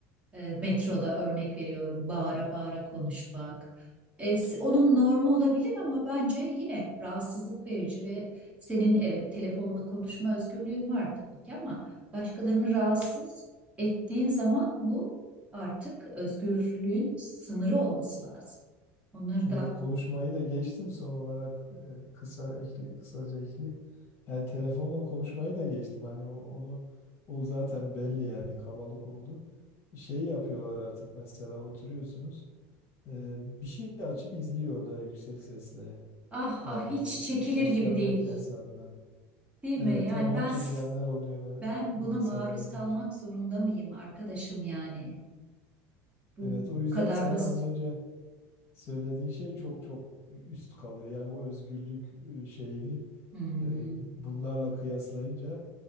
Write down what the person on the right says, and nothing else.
e, metroda örnek veriyorum bağıra bağıra konuşmak. E, s- onun normu olabilir ama bence yine rahatsızlık verici ve senin evet telefonla konuşma özgürlüğün var tabii ki ama başkalarını rahatsız ettiğin zaman bu artık özgürlüğün sınırı olması lazım. Onları
da
Ah ah
hiç
çekilir
gibi
değil,
değil
mi? Yani
ben
ben
buna maruz
kalmak zorunda mıyım arkadaşım yani? Bu
bu kadar
basit.
Hı hı.